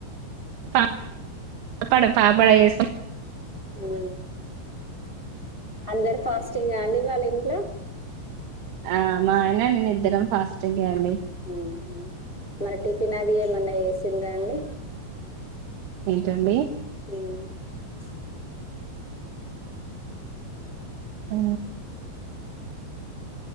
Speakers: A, on the right; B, on the left.
A: పా పాపడ, పాపడ చెసి
B: ఊ అందరు ఫాస్టింగ్ అండి ఇవాళ ఇంట్లో.
A: ఆ మా ఆయన నేను ఇద్దరం ఫాస్టింగ్ అండి
B: ఊ హు టిఫిన్ ఆది ఏమైనా చేసి తిందా అండి
A: ఏంటండి
B: ఊ <unintelligible>
A: ఆ